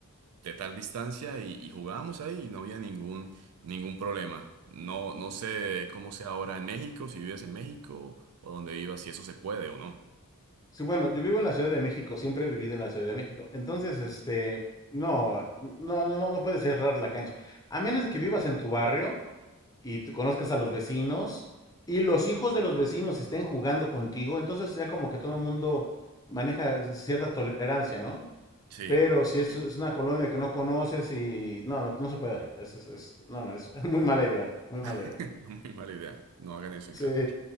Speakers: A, on the right; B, on the left.
A: de tal distancia y, y jugábamos ahí y no había ningún, ningún problema. No, no sé cómo sea ahora en México, si vives en México o donde vivas, si eso se puede o no.
B: Sí, bueno, yo vivo en la Ciudad de México, siempre he vivido en la Ciudad de México. Entonces, este, no, no, no, no, no puedes cerrar la cancha. A menos de que vivas en tu barrio y te conozcas a los vecinos y los hijos de los vecinos estén jugando contigo, entonces ya como que todo el mundo maneja cierta tolerancia, ¿no?
A: Sí,
B: Pero si
A: sí.
B: es, es una colonia que no conoces y no, no, no se puede hacer. Es, es, es- no, no, es <laughs> muy mala idea, muy mala
A: <laughs>
B: idea.
A: Muy mala idea. No hagan eso en
B: Sí,
A: casa.